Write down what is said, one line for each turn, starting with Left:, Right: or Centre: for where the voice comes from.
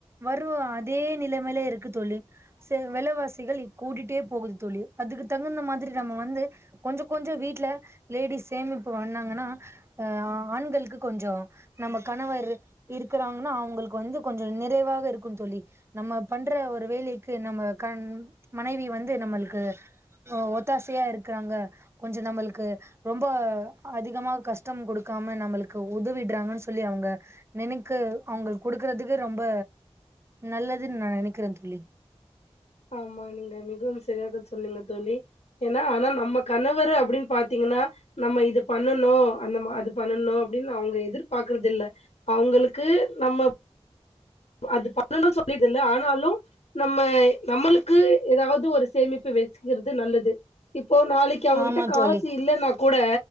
Right: வரவு இதே நிலைமையில இருக்கு தொழி விலைவாசிகள் கூடிட்டே போகுது தோழி அதுக்கு தகுந்த மாதிரி நம்ம வந்து கொஞ்சம் கொஞ்சம் வீட்டுல லேடிஸ் சேமிப்பு பாங்கன்னாஹ் ஆண்களுக்கு கொஞ்சம் நம்ம கணவர் இருக்குறாங்கன்னா அவங்களுக்கு வந்து கொஞ்ச நிறைவாக இருக்குன்னு சொல்லி நம்ம பண்ற ஒரு வேலைக்கு நம்ம கண் மனைவி வந்து நம்மளுக்கு ஆ ஒத்தாசையா இருக்காங்க கொஞ்ச நம்மளுக்கு ரொம்ப அதிகமா கஷ்டம் கொடுக்காம நம்மளுக்கு உதவிடுறாங்கன்னு சொல்லி அவங்க நினைக்க அவங்க கொடுக்குறதுக்கு ரொம்ப நல்லதுன்னு நான் நினைக்கிறேன் தோழி
Left: ஆமா நீங்க மிகவும் சரியாக சொன்னீங்க தோழி ஏனா ஆனா நம்ம கணவர் அப்படின்னு பாத்தீங்கன்னா நம்ம இது பண்ணனும் அந்த அது பண்ணனும் அப்படின்னு அவங்க எதிர்பாரக்குறத இல் அவங்களுக்கு நம்ம அது பண்ணனு <unintelligible> ஆனாலு நம்ம நம்மளுக் ஏதாவது ஒரு சேமிப்பு வச்சக்கிறது நல்லது இப்போ நாளைக்கு அவங்ககிட்ட
Right: ஆமா
Left: காசு
Right: தோழி
Left: இல்லைன்னா கூட